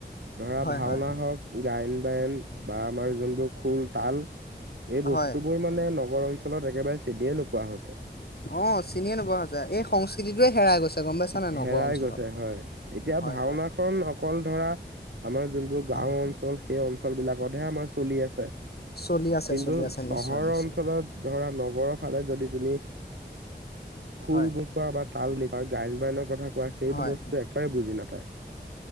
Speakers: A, on the right; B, on the left.
A: ধৰা
B: হয়
A: ভাওনা
B: হয়
A: হওক গায়ন -বায়ন বা আমাৰ যোনবোৰ খোল -তাল এই বস্তু
B: হয়
A: বোৰ মানে নগৰ অঞ্চলত একেবাৰে চিডিয়ে নোপোৱা হৈছে।
B: অ চিনিয়ে নোপোৱা হৈছে এই সংস্কৃতিটোৱে হেৰাই গৈছে। গম পাইছা নাই নগৰ
A: হেৰাই
B: অঞ্চলত
A: গৈছে হয় এতিয়া
B: হয়
A: ভাওনাখন
B: হয়
A: অ কল ধৰা আমাৰ যোনবোৰ গাঁও
B: অঁ
A: অঞ্চল সেই অঞ্চলবিলাকতহে আমাৰ চলি আছে।
B: চলি আছে
A: কিন্তু
B: চলি আছে
A: চহৰৰ
B: নিশ্চয় নিশ্চয়
A: অঞ্চলত ধৰা নগৰৰ ফালে যদি তুমি খোল
B: হয়
A: বা তাল গায়ন কথা কোৱা সেইবোৰ
B: হয়
A: বস্তু একেবাৰে বুজি নাপায়।